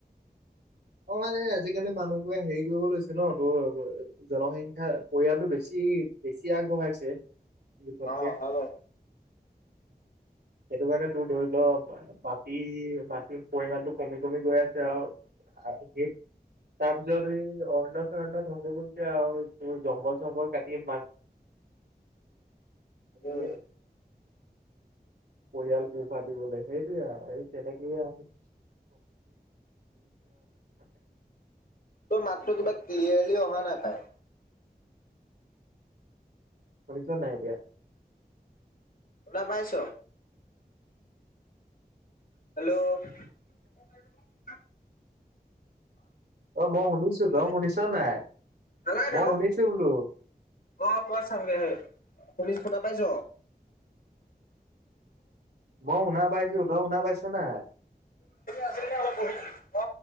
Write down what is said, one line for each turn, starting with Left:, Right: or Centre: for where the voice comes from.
Right: অঁ মানে আজিকালি মানুহবোৰে হেৰি কৰিব লৈছে ন ত জনসংখ্যা পৰিয়ালটো বেছি বেছি আগবঢ়াইছে জোখতকে
Left: অঁ হয় বাৰু
Right: সেইটো কাৰণে তোৰ ধৰি ল মাটি মাটিৰ পৰিমণটো কমি কমি গৈ আছে আৰু স তাৰপিছত এই অৰয় চৰণ্য ধ্বংস কৰিছে আৰু তোৰ জংঘল চংঘল কাটি মাছ <unintelligible>
Left: উম
Right: পৰিয়াল পোহপাল দিবলৈ সেইটোয়ে এই কেনেকেয়ে আৰু <unintelligible>
Left: তোৰ মাতটো কিবা ক্লিয়াৰলি অহা নাইাপায়
Right: শুনিছ নাই এতিয়া
Left: টা পাইছ হেল্ল'
Right: অ মই শুনিছো তই
Left: কৈছে
Right: শুনিছা নাই
Left: নালাগে
Right: মই
Left: থাকক
Right: শুনিছো বোলো
Left: অ মই চামগে হে। শুনিছ শুনা পাইছ
Right: মই শুনা পাইছো তই শুনা পাইছো নাই
Left: আছিল অলপ বহিছ অ